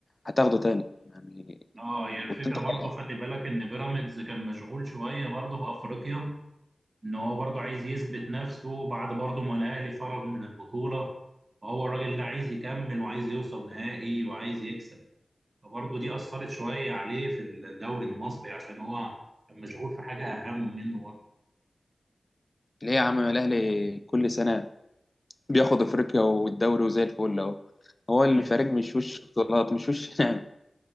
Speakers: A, on the left; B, on the right.
A: هتاخده تاني يعني
B: اه هي الفكرة
A: كنت أنت
B: برضو
A: خلاص
B: خلي بالك إن بيراميدز كان مشغول شوية برضو في أفريقيا ان هو برضه عايز يثبت نفسه بعد برضه ما الاهلي خرج من البطوله فهو الراجل ده عايز يكمل وعايز يوصل نهائي وعايز يكسب فبرضه دي اثرت شويه عليه في الدوري المصري عشان هو كان مشغول في حاجه اهم منه برضه
A: ليه يا عم الأهلي كل سنة بياخد أفريقيا والدوري وزي الفل أهو هو الفريق
B: بس
A: مش وش بطولات مش وش <laughs> نعم